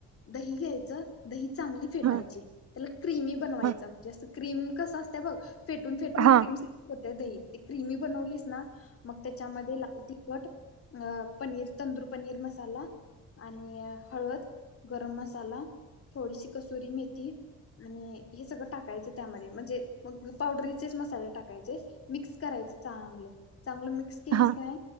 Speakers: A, on the left; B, on the right.
A: दही घ्यायचं <inaudible> <inaudible> दहीित चांगली फेटायची
B: हा
A: <inaudible> <inaudible> त क्रीमी बनवायचं
B: हा
A: म्हणजे असं <inaudible> क्रीम कस असत बघ <inaudible> <inaudible> फेटून फेटून
B: हा
A: क्रीमस होत्या दही ते क्रिमी बनवलीस ना <inaudible> मग त्याच्यामध्ये लाल तिखट <inaudible> अ पनीर तंदूर पनीर मसाला आणि हळद गरम मसाला <inaudible> <inaudible> थोडीशी कसुरी मेथी आणि हे सगळं टाकायचं त्यामध्ये म्हणजे मग पावडरीचेच मसाले टाकायचे मिक्स करायच चांगलं चांगलं मिक्स <inaudible> केलीस
B: हा
A: काय